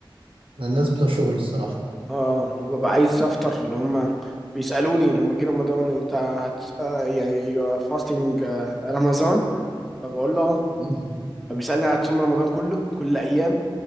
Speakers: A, on the right; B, in the centre.
A: ده الناس بتوع شغل الصراحه
B: اه وببقى عايز افطر اللي هم بيسالوني لما جه رمضان انت هت آه، يعني فاستنج رمضان فبقول له اه
A: <laughs>
B: فبيسالني هتصوم رمضان كله كل الايام